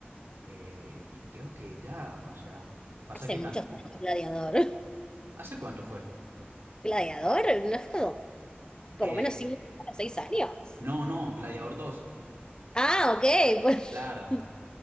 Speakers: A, on the right; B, on the left.
A: eh, y creo que ya, o sea, pasa
B: Hace
A: que
B: muchos
A: también...
B: años, Gladiador.
A: ¿Hace cuánto fue?
B: <laughs> Gladiador, no es como, por
A: Eh,
B: lo menos cinco o seis años.
A: no, no, Gladiador dos
B: Ah, ok, pues.
A: Claro,
B: <laughs>